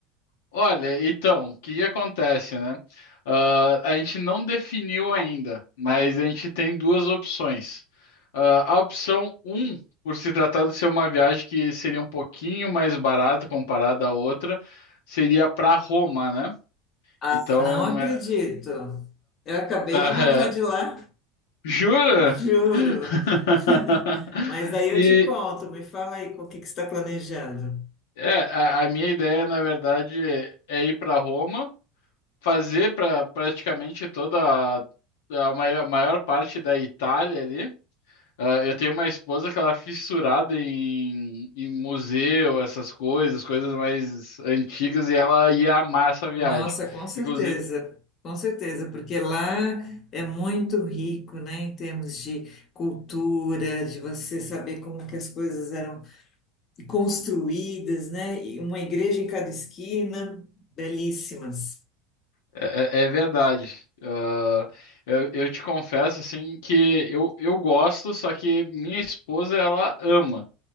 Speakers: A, on the left (about 75°); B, on the left (about 45°).
A: Olha, então, o que que acontece, né? Ah, a gente não definiu ainda, mas a gente tem duas opções. Ah, a opção um, por se tratar de ser uma viagem que seria um pouquinho mais barata comparada à outra, seria para Roma, né?
B: Ah,
A: Então,
B: não acredito.
A: é-
B: Eu acabei
A: <laughs>
B: de voltar de lá,
A: Jura?
B: <laughs> juro.
A: <laughs>
B: <laughs> Mas aí eu
A: E
B: te conto. Me fala aí com o que que você está planejando.
A: é, a, a minha ideia, na verdade, é ir para Roma, fazer para praticamente toda a, a maior, maior parte da Itália ali. Ah, eu tenho uma esposa que ela é fissurada em, em museu, essas coisas, coisas mais antigas, e ela ia amar essa viagem.
B: Nossa, com certeza,
A: Inclusive,
B: com certeza, porque lá é muito rico, né, em termos de cultura, de você saber como que as coisas eram construídas, né, e uma igreja em cada esquina, belíssimas.
A: É, é é verdade. Ah, eu, eu te confesso assim que eu, eu gosto, só que minha esposa ela ama.